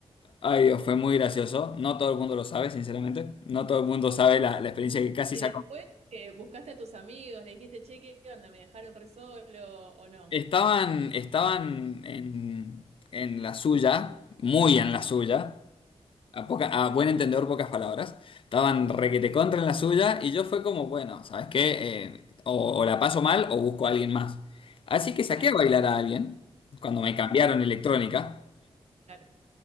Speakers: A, on the left; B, on the right.
A: Ay Dios, fue muy gracioso. No todo el mundo lo sabe, sinceramente. No todo el mundo sabe la, la experiencia que casi
B: Y
A: sacó.
B: después que buscaste a tus amigos, le dijiste, che, ¿qué onda? ¿Me dejaron re solo o no?
A: Estaban, estaban en, en la suya, muy en la suya. A, poca- a buen entendedor, pocas palabras. Estaban requete contra en la suya y yo fue como, bueno, ¿sabes qué? Eh, o, o la paso mal o busco a alguien más. Así que saqué
B: Claro.
A: a bailar a alguien cuando me
B: Ujú,
A: cambiaron electrónica.
B: Claro.